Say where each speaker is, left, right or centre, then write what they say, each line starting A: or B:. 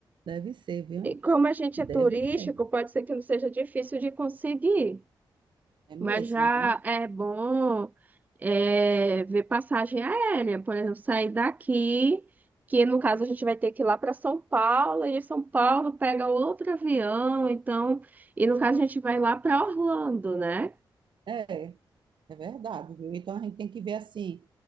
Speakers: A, on the right; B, on the right.
A: Deve ser, viu?
B: E como a gente
A: Deve
B: é turístico,
A: ser.
B: pode ser que não seja difícil de conseguir,
A: É mesmo,
B: mas já
A: viu?
B: é bom é, ver passagem aérea, por exemplo, sair daqui, que no caso a gente vai ter que ir lá para São Paulo, e de São Paulo pega outro avião, então, e no caso a gente vai lá para Orlando, né?
A: É, é verdade, viu? Então a gente tem que ver assim,